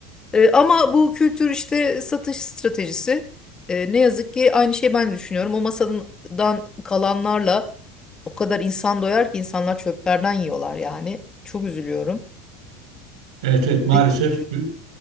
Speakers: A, on the left; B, on the right.
A: E, ama bu kültür işte satış stratejisi. E, ne yazık ki aynı şeyi ben de düşünüyorum. O masadan kalanlarla o kadar insan doyar ki insanlar çöplerden yiyorlar yani. Çok üzülüyorum.
B: Evet evet maalesef
A: Dediğim gibi.
B: e,